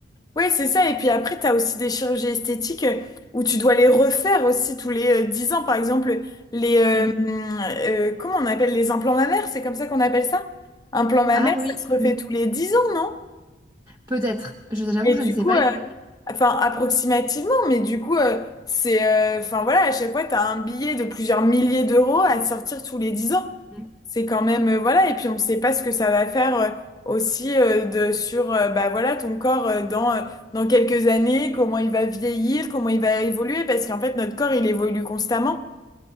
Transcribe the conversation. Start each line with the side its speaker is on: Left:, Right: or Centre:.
Left: Ouais, c'est ça. Et puis après, tu as aussi des chirurgies esthétiques euh, où tu dois les refaire aussi tous les euh, 10 ans. Par exemple, les... euh,
Right: Mm.
Left: euh, comment on appelle les implants mammaires? C'est comme ça qu'on appelle ça? Implant mammaire,
Right: Ah oui.
Left: ça se refait
Right: oui.
Left: tous les 10 ans, non?
Right: Peut-être. Je- J'avoue,
Left: Mais
Right: je
Left: du
Right: ne sais
Left: coup,
Right: pas
Left: euh,
Right: tout.
Left: enfin approximativement, mais du coup, euh, c'est, euh, enfin voilà, à chaque fois, t'as un billet de plusieurs milliers d'euros à sortir tous les 10 ans.
Right: Mm.
Left: C'est quand même, euh, voilà, et puis on ne sait pas ce que ça va faire euh, aussi euh, de, sur, euh, bah voilà, ton corps euh, dans, euh, dans quelques années, comment il va vieillir, comment il va évoluer, parce qu'en fait, notre corps, il évolue constamment.